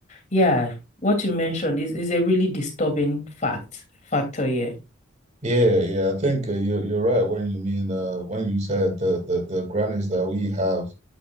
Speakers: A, on the left; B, on the right.
A: yeah, what you mentioned is, is a really disturbing fact, factor here.
B: yeah, yeah. I think uh, you're you're right when you mean uh when you said the the the grannies that we have,